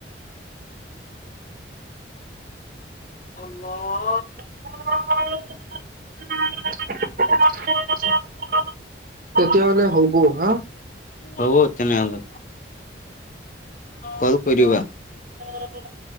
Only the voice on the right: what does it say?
অ টা অ অ অ অ অ প অ প অ প অ। <unintelligible> তেতিয়া হলে হব হা।
<unintelligible>